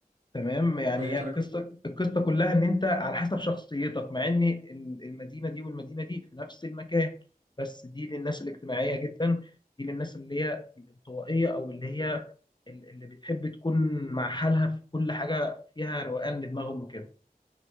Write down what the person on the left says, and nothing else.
تمام يعني
هي القصه
القصه كلها ان انت على حسب شخصيتك مع ان ال- المدينه دي والمدينه دي في نفس المكان بس دي للناس الاجتماعيه جدا دي للناس اللي هي الانطوائيه او اللي هي ال- اللي بتحب تكون مع حالها في كل حاجه فيها روقان لدماغهم وكده